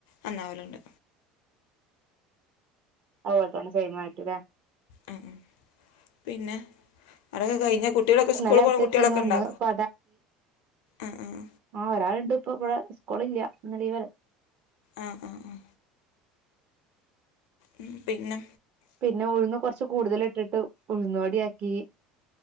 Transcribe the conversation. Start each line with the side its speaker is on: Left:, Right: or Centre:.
Left: നന്നാവല്ണ്ട്
Right: അതോലെത്തന്നെ സേയ്മായിട്ട്ല്ലേ
Left: മ് മ് പിന്നെ അടൊക്കെ കഴിഞ്ഞ കുട്ടികളൊക്കെ
Right: ഇന്നലെ
Left: സ്കൂള് പോണ
Right: അരച്ചച്ചീന്നു
Left: കുട്ടികളൊക്കെണ്ടോ?
Right: ഇന്ന് ഇപ്പൊ
Left: മ് മ്
Right: ആ് ഒരാളുണ്ട്പ്പൊ ഇവടെ സ്കോളില്ല്യ ഇന്ന് ലീവലെ.
Left: ആഹ് ആഹ് ആഹ്. ഉം പിന്നെ?
Right: പിന്നെ ഉഴുന്ന് കൊറച്ച് കൂടുതലിട്ടിട്ട് ഉഴുന്നുവടിയാക്കി.